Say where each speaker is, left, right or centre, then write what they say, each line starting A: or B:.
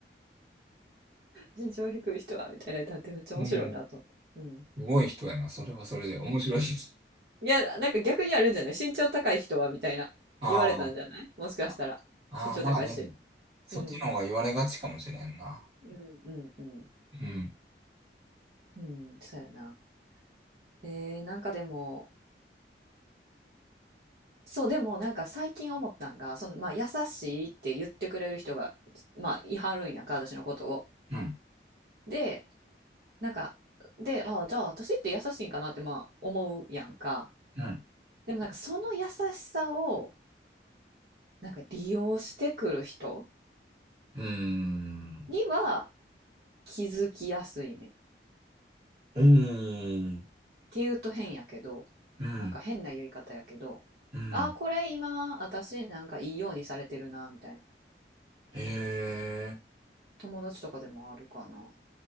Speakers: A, on the right (about 60°); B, on the right (about 35°).
A: 身長低い人は、みたいな歌ってはってめっちゃ面白いなと思って。
B: うん。す
A: うん。
B: ごい人やな。それはそれで面白いです。
A: うん。いや、なんか逆にあるんじゃない身長高い人は、みたいな。
B: あー
A: 言われたんじゃないもしかしたら。
B: あ、あー、
A: 身長高いし。
B: まあでも、そっちの方が言われがちかもしれんな。
A: うん。うん、うん、うん。
B: うん、
A: うん、そうやな。えー、なんかでも、そう、でもなんか最近思ったんが、その、まあ、優しいって言ってくれる人が、まあ、いはるんやんか、私のことを。
B: うん、
A: で、なんか、で、ああ、じゃあ私って優しいんかなって、まあ、思うやんか。
B: うん、
A: でもなんかその優しさを、なんか利用してくる人
B: うーん、
A: には気づきやすいねん。っ
B: うーん、
A: ていうと変やけど、
B: うん、
A: なんか変な言い方やけど、
B: うん、
A: ああ、これ今、私なんかいいようにされてるな、みたいな。
B: へえ、
A: 友達とかでもあるかな。